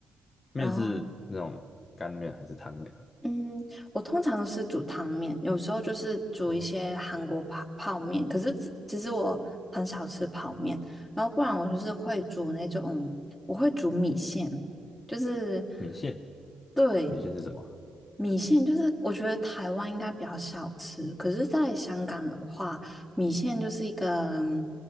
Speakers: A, on the left; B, in the centre.
A: 面是那种干面还是汤面啊？
B: 然后嗯，我通常是煮汤面，有时候就是煮一些韩国泡泡面。
A: 哦，
B: 可是其其实我很少吃泡面，然后不然我就是会煮那种，我会煮米线，就是
A: 米线，
B: 对
A: 米线是什么？
B: 米线，就是我觉得台湾应该比较少吃，可是在香港的话，米线就是一个，